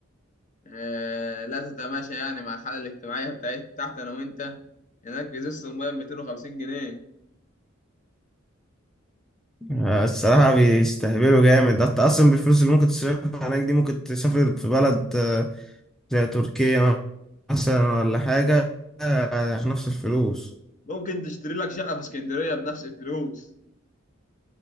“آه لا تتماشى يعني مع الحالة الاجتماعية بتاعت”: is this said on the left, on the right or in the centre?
Left